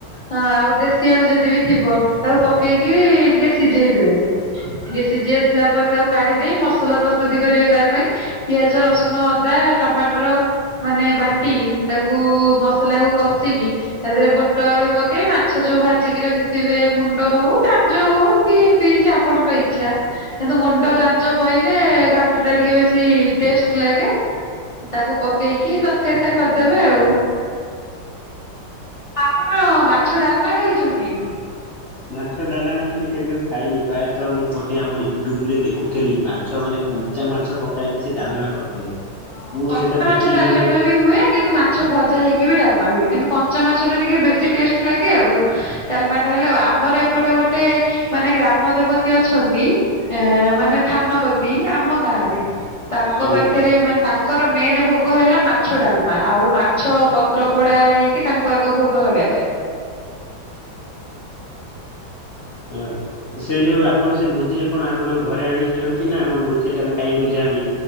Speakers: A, on the left; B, on the left.
A: ହଁ ଆଉ ଦେଶୀ ଆଳୁ ଯଦି ବି ଥିବ ତାକୁ ପକେଇକି ଟିକେ ସିଝେଇ ଦେବେ। ଟିକେ ସିଝି ଆସିଲା ପରେ ତାକୁ କାଢି ଦେଇ ମସଲା ପ୍ରସ୍ତୁତି କରିବେ ତା ପାଇଁ। ପିଆଜ ରସୁଣ ଅଦା ଟମାଟର ମାନେ ବାଟି ତାକୁ ମସଲା କୁ କଷିକି ତା ଦେହରେ ବୁଟ ଆଳୁ ପକେଇ ମାଛ ଯୋଉ ଭାଜିକି ରଖି ଥିବେ ମୁଣ୍ଡ ହଉ ଲାଞ୍ଜ ହଉ କି ପିସ୍‌ ସେ ଆପଣଙ୍କ ଇଚ୍ଛା। କିନ୍ତୁ ମୁଣ୍ଡ ଲାଞ୍ଜ ପଇଲେ ଘାଣ୍ଟ ଟା ଟିକେ ବେଶୀ ଟେଷ୍ଟ ଲାଗେ। ତାକୁ ପକେଇକି ତରକାରୀ ଟା କରିଦେବେ ଆଉ। ଆପଣ ମାଛ ଡାଲମା ଖାଇଛନ୍ତି।
B: ମାଛ ଡାଲେମା ତମେ କେବେ ଖାଇନି ପ୍ରାୟ ତ ମୁଁ ଗୋଟେ ଆମ ୟୁଟ୍ୟୁବ ରେ ଦେଖୁଥିଲି ମା -- ମାଛ ମାନେ କଞ୍ଚା ମାଛ ପକାଇକି ସେ ଡାଲମା କରିଥିଲେ।
A: ହ
B: ମୁଁ
A: କଞ୍ଚା
B: ସେଇଟା
A: ମାଛ
B: ଦେଖିକି
A: ଡାଲମା
B: ମତେ
A: ବି ହୁଏ କିନ୍ତୁ ମା ମାଛ ଭଜା ହେଇକି ବି ଡାଲ୍‌ମା ହୁଏ କିନ୍ତୁ କଞ୍ଚା ମାଛ ଟା ଟିକେ ବେଶୀ ଟେଷ୍ଟ ଲାଗେ ଆଉ ଡାଲ୍‌ମା ଟା ହେଲେ ଆଉ ଆମର ଏପ ଏପଟେ ଗୋଟେ ମାନେ ଗ୍ରାମ ଦେବତୀ ଅଛନ୍ତି। ଏ ମାନେ ଥାନପତି ଆମ ଗାଁ ରେ ତାଙ୍କ
B: ଆଜ୍ଞା
A: ପାଖରେ ମାନ୍‌ ତାଙ୍କର ମେନ୍ ଭୋଗ ହେଲା ମାଛ ଡାଲମା ଆଉ ମାଛ ପତ୍ର ପୋଡା ହେଇ କି ତାଙ୍କୁ ଆଗ ଭୋଗ ଲଗାଯାଏ।
B: ଆହା ସେଇ ଯୋଉ ଆ ଆପଣ ସେ ଭୋଜିରେ କଣ ଆପଣ ଘରେ ଆଣି ଦିଅନ୍ତି ନା ଆଣ ଭୋଜି ଟାକୁ ଖାଇବାକୁ ଯାଇ